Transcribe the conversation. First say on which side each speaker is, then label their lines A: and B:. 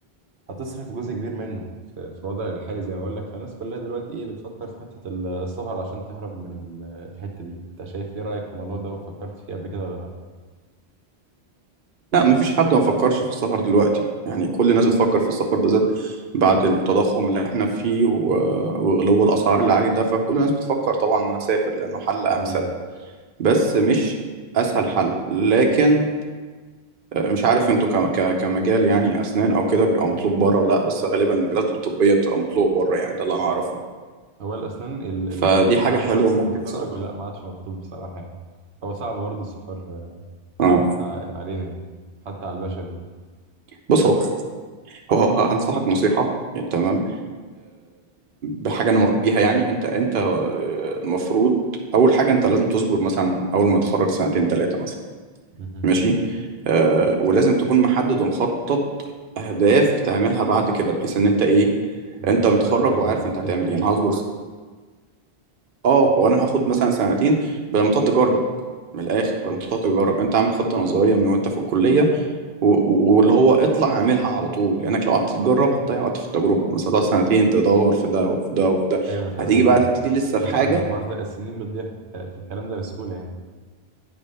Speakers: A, on the right; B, on the right.
A: هتصرف جزء كبير منه في في الوضع الحالي زي ما بقول لك فالناس كلها دلوقتي ايه بتفكر في حتة ال- السفر عشان تهرب من ال- الحتة دي انت شايف ايه رأيك في الموضوع ده وفكرت فيه قبل كده ولا لا
B: لا مفيش حد ما فكرش في السفر دلوقتي يعني كل الناس بتفكر في السفر بالذات بعد التضخم اللي احنا فيه و- وغلو الأسعار اللي عليه ده فكل الناس بتفكر طبعا إنها تسافر لأنه حل أمثل
A: اكيد
B: بس مش أسهل حل لكن آه، مش عارف انتوا ك- ك- كمجال يعني أسنان أو كده بيبقى مطلوب بره ولا لأ بس غالبا المجالات الطبية بتبقى مطلوبة بره يعني ده اللي أنا أعرفه
A: هو الاسنان ال- الممارس
B: فدي حاجة
A: العام
B: حلوة
A: اللي هو لسه
B: ممكن
A: متخرج
B: تساعدك
A: لا ما عادش مطلوب بصراحة يعني هو صعب برضه السفر
B: اه
A: ع- علينا يعني حتى على البشري برضه
B: بص هو هو- هو- هنصحك نصيحة تمام بحاجه انا مريت بيها يعني انت انت آه، المفروض اول حاجه انت لازم تصبر مثلا اول ما تتخرج سنتين ثلاثه مثلا
A: مهم.
B: ماشي آه، ولازم تكون محدد ومخطط اهداف تعملها بعد كده بحيث ان انت ايه
A: ما ياخدش
B: انت متخرج
A: وقت في التخطيط
B: وعارف انت هتعمل
A: وكده
B: ايه انا هصبر س- اه وانا هاخد مثلا سنتين بدل ما تقعد تجرب من الاخر بدل ما تقعد تجرب انت عامل خطه نظريه من وانت في الكليه و- واللي هو اطلع اعملها على طول لانك لو قعدت تجرب هتضيع وقت في التجربه مثلا هتقعد سنتين تدور في ده وفي ده وفي ده
A: ايوه انا فعلا
B: هتيجي بقى تبتدي لسه في
A: بسمع
B: حاجه
A: ان الحوار ده السنين بتضيع في الك- في الكلام ده بسهولة يعني